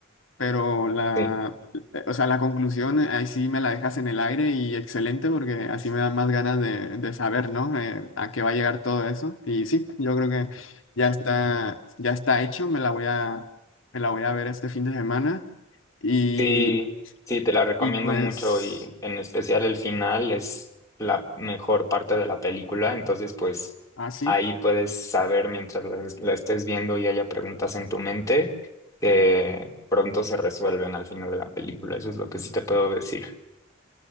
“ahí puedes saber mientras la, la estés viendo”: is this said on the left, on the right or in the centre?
Left